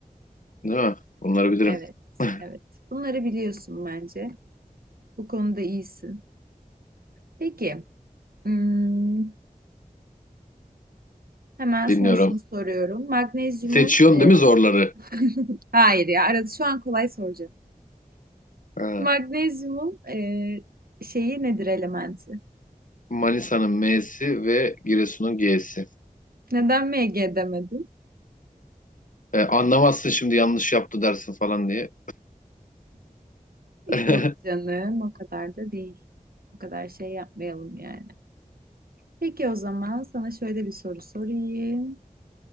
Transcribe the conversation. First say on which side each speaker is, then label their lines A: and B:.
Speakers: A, on the left; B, on the right.
A: değil mi? Bunları bilirim.
B: Evet,
A: <laughs>
B: evet. Bunları biliyorsun bence. Bu konuda iyisin. Peki, hmm, hemen sana
A: Dinliyorum.
B: şunu soruyorum. Magnezyumun,
A: Seçiyorsun
B: e,
A: değil mi zorları?
B: <laughs> hayır ya, arada şu an kolay soracağım.
A: Ha.
B: Magnezyumun e, şeyi nedir elementi?
A: Manisa'nın M'si ve Giresun'un G'si.
B: Neden Mg demedin?
A: E, anlamazsın şimdi yanlış yaptı dersin falan diye. <laughs>
B: Yok canım, o kadar da değil. O kadar şey yapmayalım yani. Peki o zaman sana şöyle bir soru sorayım.